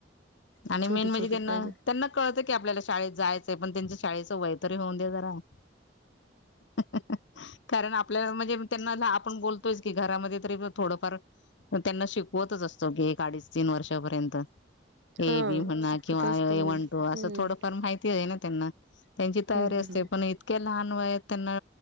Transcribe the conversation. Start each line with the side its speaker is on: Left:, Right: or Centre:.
Left: आणि
Right: छोटी
Left: मेन म्हणजे
Right: छोटी
Left: त्यांना
Right: पाहिजे.
Left: त्यांना कळतंय की इ आपल्याला ला शाळेत जायचंय ना पण त्यां शाळेचं वय तरी होऊन दे जरा हम् हम् कारण आपल्याला म्हणजे इ त्यांना आपण बोलतोय च की घरामध्ये री थोडंफार त्यांना शिकवतच असतो की एक अडीच तीन न वर्षापर्यंत य
Right: हा
Left: ए बी म्हणा
Right: शिकवत
Left: ण किंवा
Right: असतो
Left: ए आय
Right: ना
Left: वन टू असं
Right: हम्म
Left: थोडंफार माहिती य आहे ना त्यांना ना त्यांची तयारी
Right: हम्म हम्म
Left: असते
Right: हम्म.
Left: पण इतक्या क लहान वयात त्यांना